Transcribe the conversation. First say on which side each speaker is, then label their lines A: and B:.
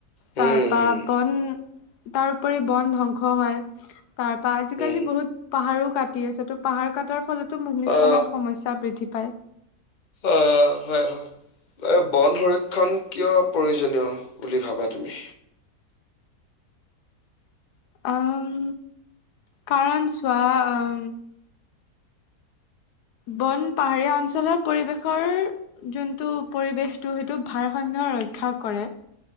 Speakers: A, on the left; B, on the left.
A: হুম,
B: তাৰপা
A: হুম,
B: বন তাৰ উপৰি বন ধ্বংস হয়। তাৰ পৰা আজিকালি
A: হুম।
B: বহুত পাহাৰো কাটি আছে ত' পাহাৰ কাটাৰ ফলত। ভূমিস্খলন
A: অ,
B: সমস্যা বৃদ্ধি পায়।
A: অ হয়, হয়। এই বন সংৰক্ষণ কিয় প্ৰয়োজনীয় বুলি ভাবা তুমি।
B: উম কাৰণ চোৱা উম বন পাহাৰীয়া অঞ্চলৰ পৰিৱেশৰ যোনটো পৰিৱেশটো সেইটো ভাৰসাম্য ৰক্ষা কৰে